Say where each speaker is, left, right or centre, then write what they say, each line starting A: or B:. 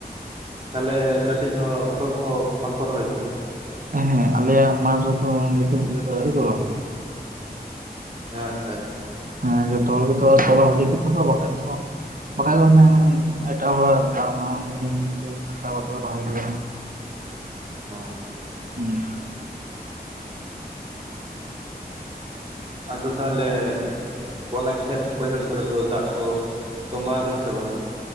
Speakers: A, on the right (about 35°); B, on the right (about 55°).
A: ᱛᱟᱦᱞᱮ ᱠᱟᱹᱴᱤᱡ ᱦᱚᱸ ᱚᱠᱚᱭ ᱠᱚᱦᱚᱸ ᱵᱟᱝ ᱠᱚ ᱨᱚᱦᱚᱭ ᱠᱟᱜᱼᱟ?
B: ᱦᱮᱸ ᱦᱮᱸ ᱟᱞᱮᱭ ᱟᱜ ᱢᱟᱴ ᱨᱮ ᱫᱚ ᱾ᱱᱤᱛᱚᱜ ᱛᱮ ᱫᱚ ᱟᱹᱣᱨᱤ ᱠᱚ ᱨᱚᱦᱚᱭᱟ
A: ᱟᱪᱪᱷᱟ ᱟᱪᱪᱷᱟ᱾
B: ᱦᱮᱸ ᱡᱚᱛᱚ ᱦᱚᱲ ᱜᱮᱛᱚ ᱛᱚᱞᱟ ᱦᱩᱰᱤᱧ ᱜᱮᱛᱟ ᱠᱚᱣᱟ ᱵᱟᱝ ᱠᱷᱟᱡ ᱫᱚ, ᱵᱟᱠᱷᱟᱱ ᱫᱚ ᱦᱟᱱᱮ ᱮᱴᱟᱜ ᱦᱚᱲ ᱟᱜ ᱫᱟᱜ <unintelligible> ᱢᱤᱱᱤ ᱢᱤᱱᱤ ᱛᱮ ᱦᱟᱛᱟᱣ ᱠᱟᱛᱮᱫ ᱠᱚ ᱨᱚᱦᱚᱭ ᱠᱮᱭᱟ᱾
A: ᱚ
B: ᱦᱩᱸ
A: ᱟᱫᱚ ᱛᱟᱦᱞᱮ ᱚᱱᱟ ᱠᱷᱮᱛ ᱵᱟᱹᱭᱦᱟᱹᱲ ᱠᱚᱨᱮ ᱫᱚ ᱫᱟᱜ ᱠᱚ ᱛᱚᱸᱵᱟ ᱟᱠᱟᱱᱟ ᱥᱮ ᱵᱟᱝ?